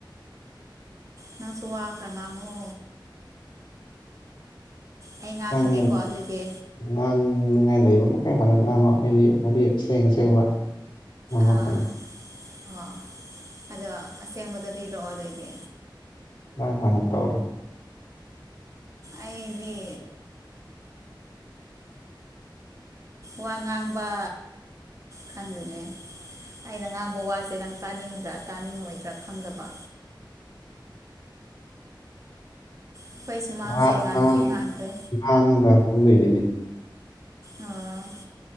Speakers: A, on the right; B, on the left.
A: ꯅꯪꯁꯨ ꯋꯥ ꯈꯔ ꯉꯥꯡꯉꯣ ꯑꯩ ꯉꯥꯡꯉꯒꯦꯀꯣ
B: ꯑꯪ
A: ꯑꯗꯨꯏꯗꯤ
B: ꯉꯥꯡꯅꯤꯉꯥꯏ ꯂꯩꯕ ꯃꯈꯩ ꯍꯥꯟꯅ ꯉꯥꯡꯉꯣ ꯑꯩꯗꯤ ꯋꯥꯔꯤ ꯑꯁꯦꯡ ꯑꯁꯦꯡꯕ ꯉꯥꯡꯂꯛꯀꯅꯤ
A: ꯑꯥ ꯑꯣ ꯑꯗꯣ ꯑꯁꯦꯡꯕꯗꯣ ꯂꯤꯔꯛꯑꯣ ꯑꯗꯨꯑꯣꯏꯗꯤ
B: ꯅꯡꯍꯟꯅ ꯇꯧꯔꯣ
A: ꯑꯩꯗꯤ ꯋꯥ ꯉꯥꯡꯕ ꯈꯪꯗꯦꯅꯦ ꯑꯩꯅ ꯉꯥꯡꯕ ꯋꯥꯁꯦ ꯅꯪ ꯇꯥꯅꯤꯡꯗ꯭ꯔꯥ ꯆꯥꯅꯤꯡꯉꯣꯏꯗ꯭ꯔꯥ ꯈꯪꯗꯕ ꯑꯩꯈꯣꯏ ꯁꯨꯃꯥꯡꯁꯦ
B: ꯉꯥꯡ
A: ꯉꯥꯟꯇ꯭ꯔꯤ
B: ꯉꯥꯡ
A: ꯉꯥꯟꯈ꯭ꯔꯦ
B: ꯉꯥꯡꯉꯒ ꯈꯪꯗꯣꯏꯅꯤꯅꯦ
A: ꯑꯣ